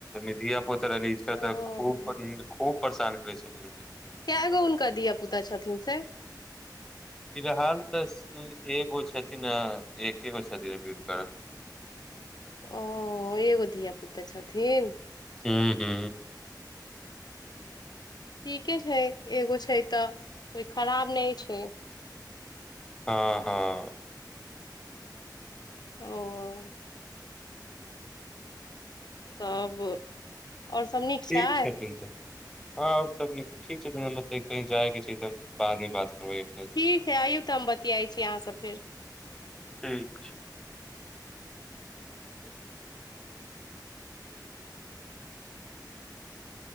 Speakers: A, in the centre; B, on the left.
A: नि पत रह रहल इच्छ
B: ओ
A: तऽ खू खू परेशान करै छथि
B: केगो हुनका धिय पुता छथिन से
A: फिलहाल तऽ एगो छथिन आ एकेगो छथिनकर
B: ओ एगो धिया पुता छथिन
A: हू हू
B: ठीके छै एगो छै। तऽ कोइ खराब नहि छै।
A: हँ हँ
B: ओ तब आओर सब नीक
A: ठीक
B: छै
A: छथिन तऽ हँ आओर सब निक ठीक छथिन मतलब कही जाय के छै तऽ बाद मे बात करबै अपने से
B: ठीक है आइयौ तऽ हम बतियाइ छी अहाँसे फेर
A: ठीक छै <unintelligible>